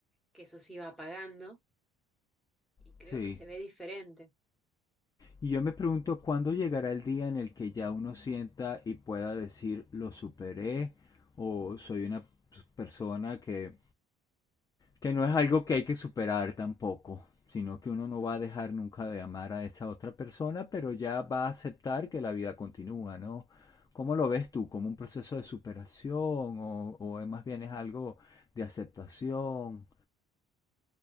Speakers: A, in the centre; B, on the left.
A: que eso se iba apagando y creo
B: sí.
A: que se ve diferente.
B: Y yo me pregunto cuándo llegará el día en el que ya uno sienta y pueda decir lo superé o soy una persona que, que no es algo que hay que superar tampoco, sino que uno no
A: Ujú.
B: va a dejar nunca de amar a esa otra persona, pero ya va a aceptar que la vida continúa, ¿no? ¿Cómo lo ves tú? ¿Como un proceso de superación o, o más bien es algo de aceptación?